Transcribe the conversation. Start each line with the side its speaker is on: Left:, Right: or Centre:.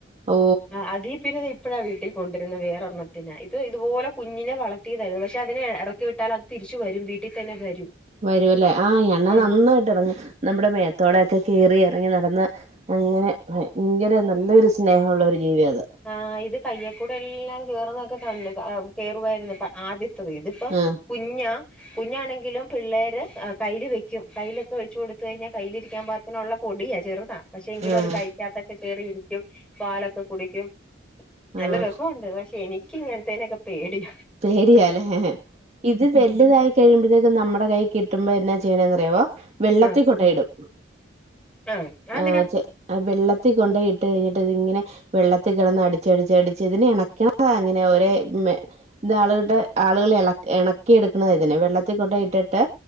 Right: ഓ
Centre: ആഹ് അതി. പിന്നെ ഇത് ഇപ്പളാ വീട്ടി കൊണ്ട് വരുന്ന വേറെ ഒരെണ്ണത്തിനാ ഇത് ഇതുപോലെ കുഞ്ഞിനെ വളർത്തിയതായിരുന്നു. ക്ഷെ അതിനെ എറക്കി വിട്ടാൽ അത്. തിരിച്ച് വെരും വീട്ടി തന്നെ വരും..
Right: വരുല്ലേ ആഹ അണ്ണാൻ
Centre: ആഹ്
Right: നന്നായിട്ട് ഇണങ്ങും നമ്മുടെ മേ.. മെത്തോടെക്കെ കെറി ഇറങ്ങി നടന്ന് അങ്ങനെ ഇങ്ങനെ നല്ലൊരു സ്നേഹമള്ള ഒരു ജീവിയ അത്
Centre: ആഹ ഇത് കയ്യൽക്കൂടെ എല്ലാം കെറുന്നെക്കെ കണ്ട് കെറുമായിരുന്നു അപ്പ ആദ്യത്തത് ഇത്.. ഇപ്പം
Right: ആഹ്
Centre: കുഞ്ഞാ.. കുഞ്ഞാണെങ്കിലും പിള്ളേര് കയ്യില് വെക്കും കയ്യിലൊക്കെ വെച്ച് കൊടുത്ത് കഴിഞ്ഞാൽ കയ്യിലിരിക്കാൻ പാ.. നുള്ള പൊടിയാ ചെറുതാ പക്ഷെ എങ്കിലും
Right: ആഹ്
Centre: അത് കൈക്കാത്തൊക്കെ കറി ഇരിക്കും. പാലൊക്കെ കുടിക്കും നല്ല
Right: ആഹ്
Centre: രസമുണ്ട് പക്ഷെ എനിക്ക് ഇങ്ങനത്തേനൊക്കെ പേടിയ..
Right: പേടിയല്ലേ ഇത് വലുതായി.. കൊറച്ചു കഴിയുമ്പോഴത്തേക്കും നമ്മുടെ കൈ കിട്ടുമ്പോ എന്നാ ചെയ്യണന്ന്റിയോ വെള്ളത്തിൽ
Centre: ആഹ്
Right: കൊണ്ടയിടും..
Centre: ആഹ് അതെന്തിനാ
Right: ആ ചെ വെള്ളത്തിൽ കൊണ്ടയിട്ട് കഴിഞ്ഞിട്ട് അതിഇങ്ങനെ വെള്ളത്തിൽ.. കിടന്ന് അടിച്ചടിച്ച് അടിച്ച് ഇതിന് ഇണക്കണ അങ്ങനെ ഒരേ.. ഇതാ ആളുകളുടെ ആളുകൾ ഇ ഇണക്കി എടുക്കുന്നതാ ഇതിനെ വെള്ളത്തിൽ കൊട്ടെ ഇട്ടിട്ട്..